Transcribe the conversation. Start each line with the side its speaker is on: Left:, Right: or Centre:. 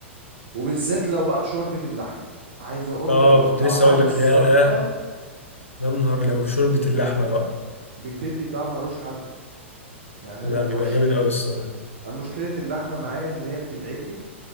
Right: وبالذات لو بقى شوربه اللحمه عايز اقول
Left: اه
Right: لك بيبقى
Left: كنت
Right: طعمها
Left: لسه اقول
Right: مسكر
Left: لك ياه يا نهار لو شوربه اللحمه بقى
Right: بتدي طعم ملوش حل يعني
Left: ده
Right: انا من
Left: بيبقى
Right: عشق
Left: جامد قوي الصراحه
Right: مشكله اللحمه معايا ان هي بتتعبني